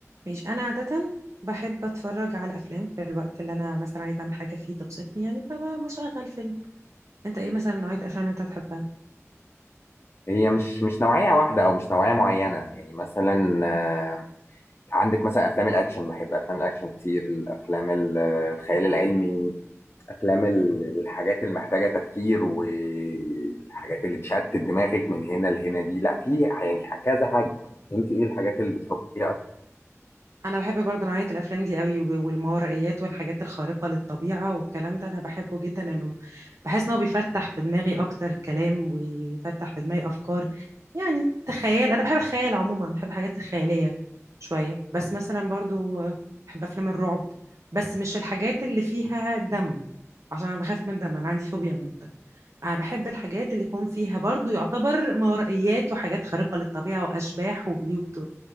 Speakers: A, on the right; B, on the left.
A: ماشي انا عاده بحب اتفرج على افلام في الوقت اللي انا مثلا عايزه اعمل حاجه فيه تبسطني يعني فبشغل فيلم انت ايه مثلا نوعيه الافلام اللي انت بتحبها
B: هي مش مش نوعية واحدة أو مش نوعية معينة يعني مثلا آه، عندك مثلا أفلام الأكشن بحب أفلام الأكشن كتير الأفلام ال- آه، الخيال العلمي أفلام ال- الحاجات اللي محتاجة تفكير والحاجات اللي تشتت دماغك من هنا لهنا دي لا في يعني كذا حاجة أنت إيه الحاجات اللي بتفكري فيها أكتر؟
A: انا بحب برضه نوعيه الافلام دي قوي و- والماورائيات والحاجات الخارقه للطبيعه والكلام ده انا بحبه جدا انه بحس ان هو بيفتح في دماغي اكتر كلام ويفتح في دماغي افكار يعني تخيل انا بحب الخيال عموما بحب الحاجات الخياليه شويه بس مثلا برضه بحب افلام الرعب بس مش الحاجات اللي فيها دم عشان انا بخاف من الدم انا عندي فوبيا من الدم انا بحب الحاجات اللي يكون فيها برضه يعتبر ماورائيات وحاجات خارقه للطبيعه واشباح وبيوت